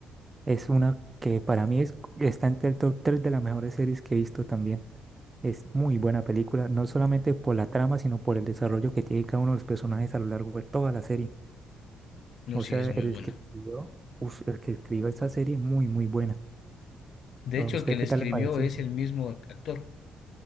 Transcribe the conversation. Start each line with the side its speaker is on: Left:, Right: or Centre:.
Right: Es una que para mí es, está entre el top 3 de las mejores series que he visto también. Es muy buena película, no solamente por la trama, sino por el desarrollo que tiene cada uno de los personajes a lo largo de toda la serie.
Left: No,
Right: O
Left: sí,
Right: sea,
Left: es muy
Right: el
Left: buena.
Right: que escribió, uf, el que escribió esta serie es muy, muy buena.
Left: De
Right: ¿A
Left: hecho,
Right: usted
Left: el que la
Right: qué
Left: escribió
Right: tal le pareció?
Left: es el mismo ac- actor.